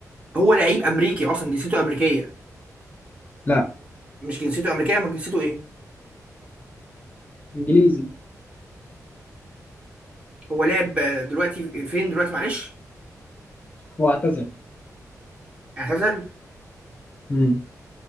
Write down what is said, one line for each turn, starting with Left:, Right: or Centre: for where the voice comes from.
Right: هو لعيب امريكي اصلا جنسيته امريكيه
Left: لا
Right: مش جنسيته امريكيه امال جنسيته ايه
Left: انجليزي
Right: هو لاعب آه، دلوقتي فين دلوقتي معلش
Left: هو اعتزل
Right: اعتزل
Left: مم.